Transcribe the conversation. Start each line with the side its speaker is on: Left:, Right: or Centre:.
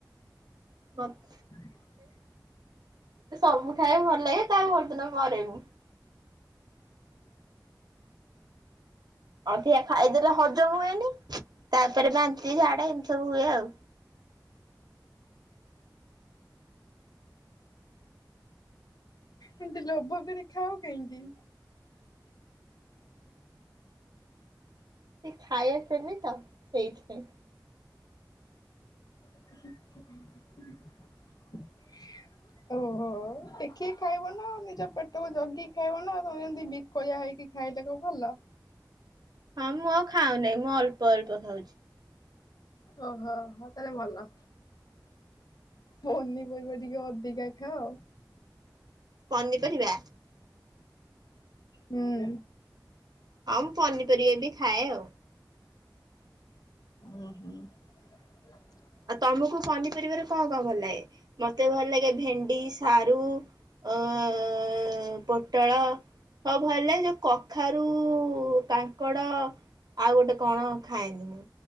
Right: ବତ
Left: <inaudible>
Right: ସବୁ ଖାଇବା ଭଲ ଲାଗେ ତା ଭରଦିନ ମରେ ମୁଁ। ଅଧିକା ଖାଇଦେଲେ ହଜମ ହୁଏନି ତାପରେ ବାନ୍ତି, ଝାଡା ଏମତି ସବୁ ହୁଏ ଆଉ।
Left: ଏମତି ଲୋଭ କରିଖାଅ କାହିଁକି?
Right: ସେ ଖାଇଆସେନି ତ ସେଇଥିପାଇଁ।
Left: <inaudible> ଓହୋ ଦେଖିକି ଖାଇବ ନା ନିଜ ପେଟକୁ ଜଗି ଖାଇବ ନା ତମେ ଯେମିତି ବି ଖୟା ହେଇକି ଖାଇ ଦେକୁ କଣ ଭଲ?
Right: ହଁ ମୁଁ ଖାଉ ନାହିଁ ମୁଁ ଅଳ୍ପ ଅଳ୍ପ ଖାଉଛି।
Left: ଓହୋ ହ ତାଲେ ଭଲ। ପନିପରିବା ଟିକେ ଅଧିକା ଖାଅ।
Right: ପନି ପରିବା?
Left: ହୁଁ।
Right: ହଁ ମୁଁ ପନିପରିବା ବି ଖାଏ ଆଉ।
Left: ଊ ହୁଁ। <inaudible>
Right: ଆଉ ତମକୁ ପନିପରିବାରେ କଣ କଣ ଭଲ ଲାଗେ? ମତେ ଭଲ ଲାଗେ ଭେଣ୍ଡି, ସାରୁ ଅ ଏ ଏ ପୋଟଳ ହଁ ଭଲ ଯୋଉ କଖାରୁ, କାଙ୍କଡ ଆଉ ଗୋଟେ କଣ ଖାଏନି ମୁଁ